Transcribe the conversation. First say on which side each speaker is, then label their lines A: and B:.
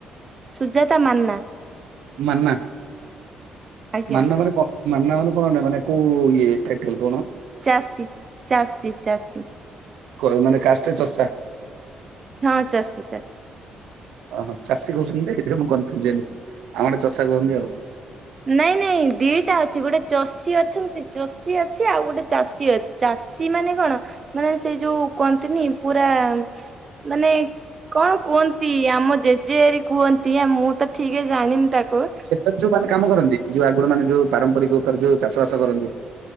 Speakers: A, on the right (about 35°); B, on the right (about 85°).
A: ସୁଜାତା ମାନା
B: ମାନା।
A: ଆଜ୍ଞା
B: ମାନା ମାନେ କଣ, ମାନା ମାନେ କଣ ଏଇଟା କୋଏ ଟାଇଟଲ କଣ?
A: ଚାଷୀ, ଚାଷୀ, ଚାଷୀ
B: କ ମାନେ କାଷ୍ଟରେ ଚଷା।
A: ହଁ ଚାଷୀ ଚାଷୀ।
B: ଓହୋ। ଚାଷୀ କହୁଛନ୍ତି ଯେ ସେଥିପରେ ମୁଁ କୋନ୍ଫିୟୁଜ୍‌‌ ହେଲି। ଆମ ଆଡେ ଚଷା କୁହନ୍ତି ଆଉ।
A: ନାଇଁ ନାଇଁ ଦିଟା ଅଛି। ଗୋଟେ ଚଷୀ ଅଛନ୍ତି ଚଷୀ ଅଛି ଆଉ ଗୋଟେ ଚାଷୀ ଅଛି। ଚାଷୀ ମାନେ କଣ? ମାନେ ସେ ଯୋଉ କହନ୍ତିନି ପୁରା ମାନେ କଣ କୁହନ୍ତି? ଆମ ଜେଜେରି କୁହନ୍ତି। ମୁଁ ତ ଠିକରେ ଜାଣିନି ତାକୁ।
B: କ୍ଷେତରେ ଯୋଉ ମାନେ କାମ କରନ୍ତି। ଯୋଉ ଆଗରୁ ମାନେ ଯୋଉ ପାରମ୍ପରିକ ଉପରେ ଯୋଉ ଚାଷ ବାସ କରନ୍ତି।